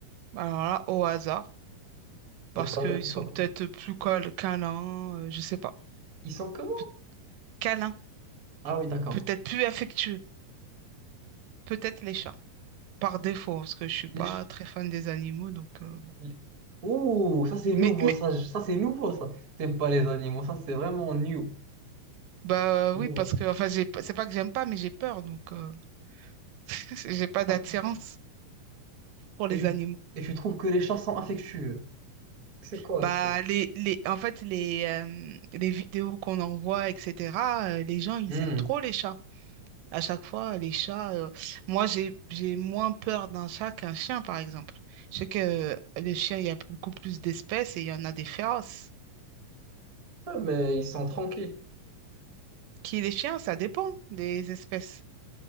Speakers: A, on the right; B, on the right.
A: Alors là, au hasard. Parce
B: Il y a pas,
A: qu'ils
B: pas-
A: sont peut-être plus câl- câlins, euh, je sais pas.
B: Ils sont comment?
A: Pe- câlins.
B: Ah oui, d'accord.
A: Peut-être plus affectueux. Peut-être les chats. Par défaut, parce que je suis pas
B: Les ch-
A: très fan des animaux, donc... euh, bon.
B: les- Ouh, ça c'est nouveau,
A: Mais, mais,
B: ça, je- ça c'est nouveau, ça. T'aimes pas les animaux, ça c'est vraiment new.
A: bah euh,
B: C'est
A: oui,
B: Nouveau,
A: parce que, enfin, j'ai, pas- c'est pas que j'aime pas, mais j'ai peur, donc... euh, <laughs> J'ai pas d'attirance
B: ça.
A: pour les
B: Et tu,
A: animaux.
B: et tu trouves que les chats sont affectueux. C'est quoi
A: Bah,
B: ça?
A: les, les, en fait, les, euh, les vidéos qu'on envoie, etc., euh, les gens, ils
B: Hmm.
A: aiment trop les chats. À chaque fois, les chats, euh, moi, j'ai, j'ai moins peur d'un chat qu'un chien, par exemple. Je sais que les chiens, il y a beaucoup plus d'espèces et il y en a des féroces.
B: Ah, Mais ils sont tranquilles,
A: Qui les chiens, ça dépend des espèces.